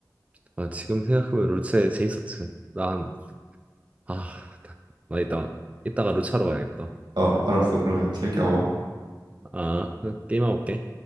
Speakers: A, on the right; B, on the right.
A: 아, 지금 생각해보면 롤체 재밌었지. 난, 아, 나 이따, 이따가 롤체하러 가야겠다.
B: 어 알았어. 그러면 재밌게 하고 와.
A: 아, <laughs> 게임하고 올게.